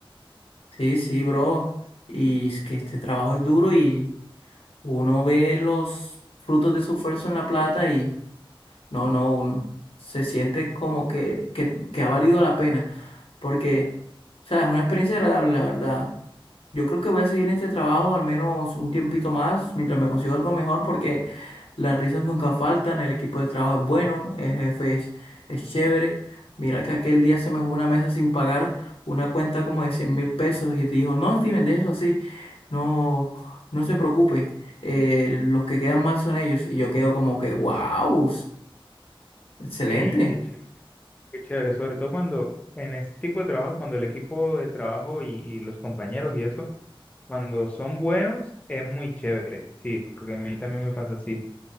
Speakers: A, on the left (about 85°); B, on the left (about 15°).
A: Sí, sí, bro. Y es que este trabajo es duro y uno ve los frutos de su esfuerzo en la plata y No, no, un- se siente como que, que, que ha valido la pena, porque, o sea, es una experiencia agradable, la verdad. Yo creo que voy a seguir en este trabajo al menos un tiempito más, mientras me consigo algo mejor, porque las risas nunca faltan, el equipo de trabajo es bueno, el jefe es, es chévere. Mira que aquel día se me fue una mesa sin pagar una cuenta como de cien mil pesos y dijo, no, Steven, de eso así, no, no se preocupe, eh, los que quedan mal son ellos. Y yo quedo como que, wow, Excelente.
B: Ey, qué chévere, qué chévere. Sobre todo cuando en ese tipo de trabajo, cuando el equipo de trabajo y, y los compañeros y eso, cuando son buenos, es muy chévere. Sí, porque a mí también me pasa así,